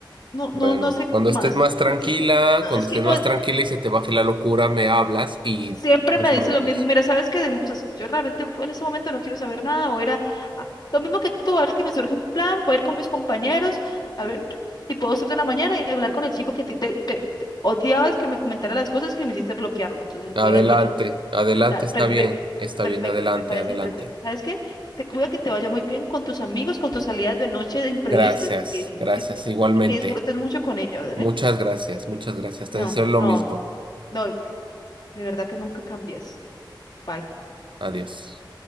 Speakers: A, on the left; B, on the right.
A: no,
B: bueno,
A: no, no sé
B: cuando
A: más.
B: estés más tranquila,
A: Continúa. No,
B: cuando
A: Es
B: estés
A: que no,
B: más tranquila y se te baje la locura, me hablas y
A: siempre
B: resolvemos.
A: me dice lo mismo, mira, ¿sabes qué? Dejemos así. Yo realmente en este momento no quiero saber nada, o era ah, lo mismo que tú, a ver que me surge un plan, voy a ir con mis compañeros, a ver, tipo dos, tres de la mañana y hablar con el chico que a ti te, te, te odiaba el que me comentara las cosas que me hiciste bloquearlo. Entonces
B: Adelante,
A: voy a desbloquear.
B: adelante,
A: Dale,
B: está
A: Perfecto.
B: bien, está
A: Perfecto,
B: bien, adelante,
A: me parece
B: adelante.
A: perfecto. ¿Sabes qué? Te cuida que te vaya muy bien con tus amigos, con tus salidas de noche de imprevistas
B: Gracias,
A: y
B: gracias,
A: que,
B: igualmente.
A: y que disfrutes mucho con ella, ¿vale?
B: Muchas gracias, muchas gracias. Te
A: No,
B: deseo lo
A: no,
B: mismo.
A: no, de verdad que nunca cambies. Bye.
B: Adiós.